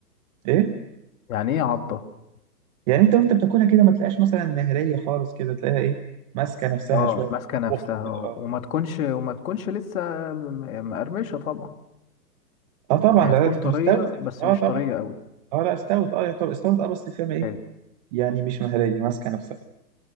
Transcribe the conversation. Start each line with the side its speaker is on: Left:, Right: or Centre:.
Right: ايه
Left: يعني ايه عضه
Right: يعني انت وانت بتاكلها كده ما تلاقيش مثلا مهريه خالص كده تلاقيها ايه ماسكه نفسها
Left: اه
Right: شويه
Left: ماسكه
Right: في
Left: نفسها
Right: بقك كده
Left: اه
Right: اه
Left: وما تكونش وما تكونش لسه م- مقرمشه طبعا
Right: اه طبعا
Left: يعني
Right: لا
Left: تكون
Right: لا تكون
Left: طريه
Right: استوت يا باشا
Left: بس
Right: اه
Left: مش
Right: طبعا
Left: طريه قوي
Right: اه لا استوت اه طب استوت اه بس فاهم ايه
Left: حلو
Right: يعني مش مهريه ماسكه نفسها